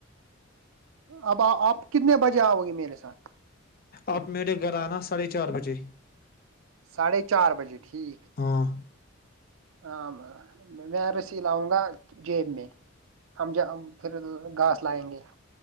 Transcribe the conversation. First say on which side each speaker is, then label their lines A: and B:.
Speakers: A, on the right; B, on the left.
A: اب آپ کتنے بجے آؤ گے میرے ساتھ
B: آپ میرے گھر آنا ساڑھے چار بجے
A: ساھے چار بجے ٹھیک
B: ہاں
A: ہ میں رسی لاؤں گا جیب میں ہم ج پھر گھاس لائیں گے